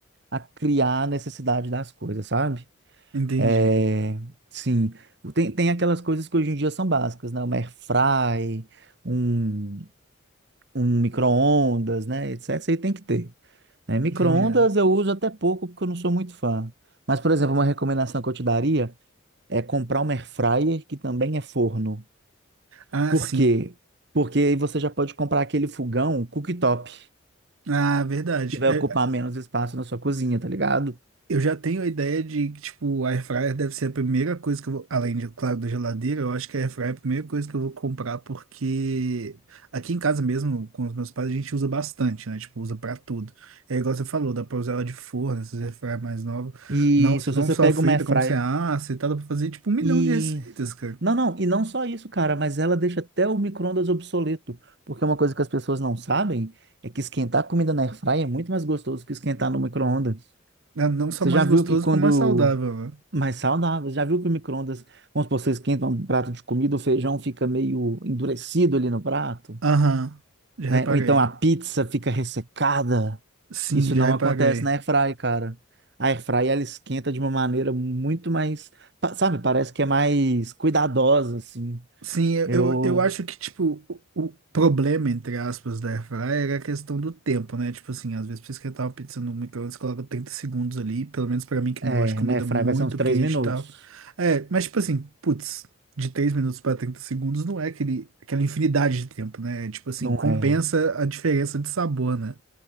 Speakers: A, on the right; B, on the right.
A: a criar a necessidade das coisas, sabe?
B: Entendi,
A: É, sim, tem, tem aquelas coisas que hoje em dia são básicas, né? Uma air fry, um, um micro-ondas, né, etc. Isso aí tem que ter. Né? Micro-ondas
B: entendi.
A: eu uso até pouco porque eu não sou muito fã. Mas, por exemplo, uma recomendação que eu te daria é comprar uma air fryer que também é forno.
B: Ah,
A: Por
B: sim.
A: quê? Porque aí você já pode comprar aquele fogão cooktop,
B: Ah, verdade.
A: que vai
B: É,
A: ocupar menos espaço na sua cozinha, tá ligado?
B: Eu já tenho a ideia de que, tipo, a airfryer deve ser a primeira coisa que eu vou, além de, claro, da geladeira, eu acho que a airfryer é a primeira coisa que eu vou comprar porque aqui em casa mesmo, com os meus pais, a gente usa bastante, né? Tipo, usa pra tudo. É igual você falou, dá pra usar ela de forno, essas airfryer mais novas.
A: E
B: Não, você
A: se
B: não
A: você
B: só
A: pega
B: frita
A: uma air fryer
B: como você assa e tal, dá pra fazer, tipo, um milhão
A: e
B: de receitas, cara.
A: não, não, e não só isso, cara, mas ela deixa até o micro-ondas obsoleto, porque uma coisa que as pessoas não sabem é que esquentar comida na air fryer é muito mais gostoso que esquentar no micro-ondas.
B: Não não só
A: Você
B: mais
A: já viu
B: gostoso,
A: que quando
B: como mais saudável, né?
A: mais saudável. Já viu que o micro-ondas, vamos supor, você esquenta um prato de comida, o feijão fica meio endurecido ali no prato,
B: Aham, já
A: né?
B: reparei.
A: Ou então a pizza fica ressecada.
B: Sim,
A: Isso
B: já
A: não
B: reparei.
A: acontece na airfry, cara. A airfry, ela esquenta de uma maneira muito mais, pa- sabe, parece que é mais cuidadosa, assim.
B: Sim, eu,
A: Eu,
B: eu eu acho que, tipo, o, o problema, entre aspas, da airfryer é a questão do tempo, né? Tipo assim, às vezes pra esquentar uma pizza no micro-ondas, coloca 30 segundos ali, pelo menos pra mim que
A: é,
B: não gosta de comida
A: na airfry
B: muito
A: vai ser uns três
B: quente
A: minutos.
B: e tal. É, mas tipo assim, putz, de 3 minutos pra 30 segundos não é aquele, aquela infinidade de tempo, né? É, Tipo assim,
A: Não
B: compensa
A: é
B: a diferença de sabor, né?